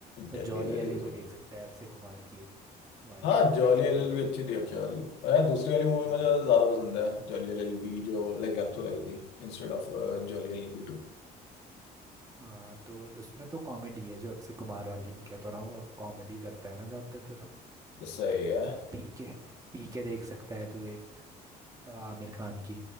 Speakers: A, on the right (about 20°); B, on the left (about 90°).
A: और
B: दिल्ली
A: जॉली
B: वैली
A: एल
B: तो
A: एल
B: सही
A: भी देख सकता है अक्षय कुमार की एक वो आई
B: हाँ
A: थी
B: जॉली
A: जिसमें
B: एल
A: वो
B: एल भी अच्छी थी अक्षय वाली और यार दूसरी वाली मूवी
A: हाँ
B: मुझे ज्यादा पसंद है जॉली एल एल बी जो लाइक एक्चुअल आई थी instead of Jolly L L B two
A: हाँ तो उसमें तो कॉमेडी है जो अक्षय कुमार वाली मैं कहता रहा हूँ कॉमेडी करता है ना ज्यादातर
B: सही है
A: तो पीके पीके देख सकता है तू एक अ, आमिर खान की